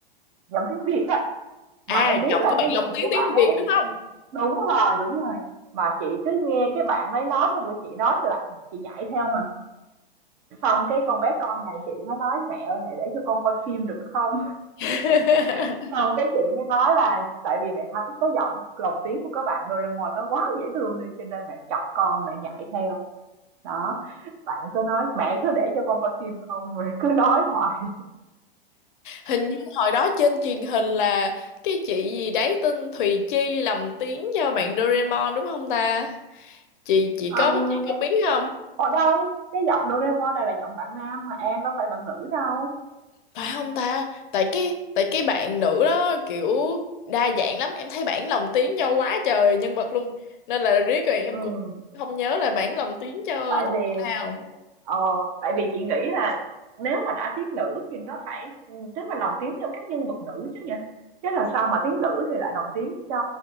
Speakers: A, on the right (about 40°); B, on the left (about 60°).
A: giọng tiếng Việt á
B: À,
A: mà em biết
B: giọng
A: là
B: của bạn
A: cái
B: lồng
A: giọng
B: tiếng
A: của
B: tiếng
A: bạn ấy
B: Việt đúng không?
A: đúng rồi đúng rồi mà chị cứ nghe cái bạn ấy nói xong rồi chị nói là chị nhảy theo mà xong cái con bé con nhà chị nó nói mẹ ơi mẹ để cho con coi phim được không
B: <laughs>
A: <laughs> xong cái chị mới nói là tại vì mẹ thấy có giọng lồng tiếng của các bạn Doraemon nó quá dễ thương đi cho nên mẹ chọc con mẹ nhảy theo đó bạn cứ nói mẹ cứ để cho con coi phim không <laughs> rồi cứ nói hoài
B: Hình như hồi đó trên truyền hình là cái chị gì đấy tên Thùy Chi lồng tiếng cho bạn Doraemon đúng không ta? chị chị
A: Ừm,
B: có chị
A: cái,
B: có biết
A: cái
B: không
A: ở đâu cái giọng Doraemon này là giọng bạn nam mà An đâu phải bạn nữ đâu
B: phải không ta tại cái tại cái bạn nữ đó kiểu đa dạng lắm em thấy bản lồng tiếng cho quá trời nhân vật luôn nên là riết rồi em
A: Ừ,
B: cũng không nhớ là bản lồng tiếng cho
A: tại
B: nhân
A: vì
B: vật nào
A: ờ, tại vì chị nghĩ là nếu mà đã tiếng nữ thì nó phải ừ, tức là lồng tiếng cho các nhân vật nữ chứ nhỉ chứ làm sao mà tiếng nữ thì lại lồng tiếng cho